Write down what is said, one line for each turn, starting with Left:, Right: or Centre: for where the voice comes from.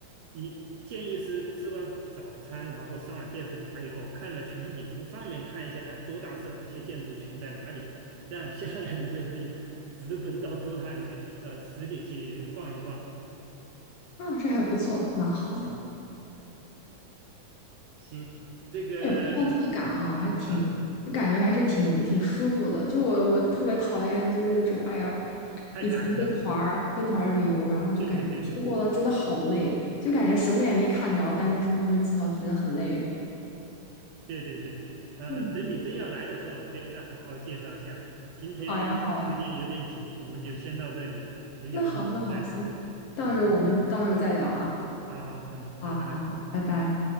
Right: 你建议是吃完早餐，然后上了电视塔以后，看了全景，从上面看一下，哎，多大是哪些建筑群在哪里，这样下来你就可以直奔到多大里面去，到实地去逛一逛。
Left: 啊，这还不错，蛮好的。
Right: 啊。行，这个
Left: 也不算太赶啊，还挺，
Right: 啊，
Left: 就感觉还是挺挺舒服的。就是我我特别讨厌就是那种，哎呀，
Right: 太赶了。
Left: 以前跟团儿跟团儿旅游，然后就感觉一天过得真的好累，
Right: 对对对对
Left: 就感觉什么也没看着，但就是莫名其妙觉得很累。
Right: 对对对，呃，
Left: 嗯，
Right: 等你真要来的时候，给你再好好介绍一下。今天时间有点紧，
Left: 好呀好呀，
Right: 我们就先到这里，等有空我们再聊。
Left: 那好那好，行，到时候我们到时候再聊哈。
Right: 嗯，好好，嗯，
Left: 啊，
Right: 拜拜。
Left: 好好，拜拜。